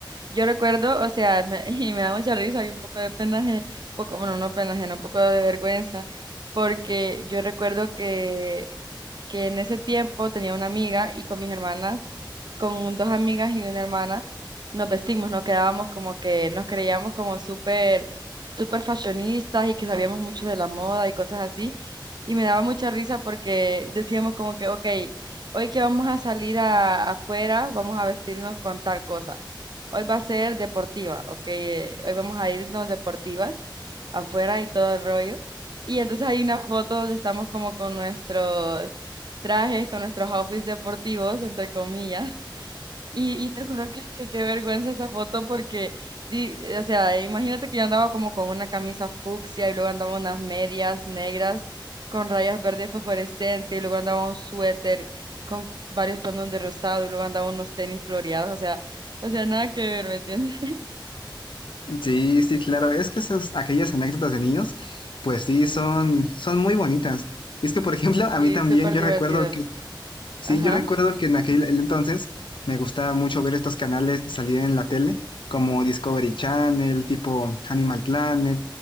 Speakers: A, on the right; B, on the left.
A: yo recuerdo, o sea, me- <laughs> y me da mucha risa y un poco de penaje, poco, bueno, no penaje, no, un poco de vergüenza, porque yo recuerdo que que en ese tiempo tenía una amiga y con mis hermanas, con dos amigas y una hermana, nos vestimos, nos quedábamos como que nos creíamos como súper, súper fashionistas y que sabíamos mucho de la moda y cosas así y me daba mucha risa porque decíamos como que, ok, hoy que vamos a salir a- afuera, vamos a vestirnos con tal cosa. Hoy va a ser deportiva, ok, eh, hoy vamos a irnos deportivas afuera y todo el rollo. Y entonces hay una foto donde estamos como con nuestros trajes, con nuestros outfits deportivos, entre comillas. Y, y te juro que, que qué vergüenza esa foto porque, di- o sea, imagínate que yo andaba como con una camisa fucsia y luego andaba unas medias negras con rayas verdes fosforescentes y luego andaba un suéter con varios tonos de rosado y luego andaba unos tenis floreados, o sea, o sea, nada que ver, ¿me entiendes? <laughs>
B: Sí, sí, claro, es que esas, aquellas anécdotas de niños, pues sí, son, son muy bonitas. Y es que, por ejemplo, a
A: Sí,
B: mí también
A: súper
B: yo
A: divertido.
B: recuerdo que, sí,
A: Ajá,
B: yo recuerdo que en aquel el entonces me gustaba mucho ver estos canales que salían en la tele, como Discovery Channel, tipo Animal Planet,